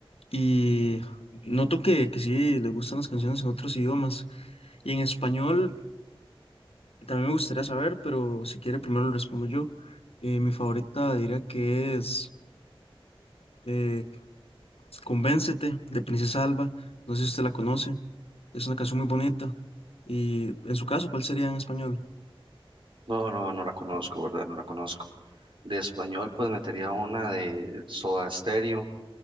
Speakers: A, on the left; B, on the right.
A: Y noto que, que sí le gustan las canciones en otros idiomas. Y en español. También me gustaría saber, pero si quiere primero lo respondo yo. Eh, mi favorita diría que es eh, Convéncete de Princesa Alba. No sé si usted la conoce. Es una canción muy bonita. Y en su caso, ¿cuál sería en español?
B: No, no, no la conozco, ¿verdad? No la conozco. De español, pues metería una de Soda Stereo.